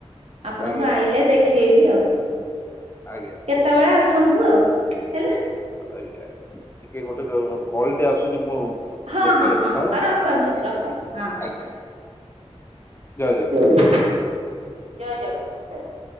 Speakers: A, on the right (about 65°); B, on the left (about 20°).
A: ଆପଣଙ୍କୁ
B: ଆଜ୍ଞା
A: ଆଇଲେ ଦେଖ ଦେଖେଇବି ଆଉ
B: ଆଜ୍ଞା
A: କେତେବେଳେ ଆସନ୍ତୁ ଆଉ ହେଲା।
B: ଆଜ୍ଞାା ଟିକେ ଗୋଟେ କଲଟେ ଆସୁଛି ମୁଁ ଟିକେ
A: ହଁ ହଁ
B: ପରେ କଥା ହବା
A: ହଁ ରଖନ୍ତୁ
B: ଆଜ୍ଞା
A: ରଖନ୍ତୁ
B: ଆଜ୍ଞା
A: ହଁ ହଁ।
B: ଆଜ୍ଞା ଜୟ ଜଗନ୍ନାଥ।
A: ଜୟ ଜଗନ୍ନାଥ। ଜୟ ଜଗନ୍ନାଥ।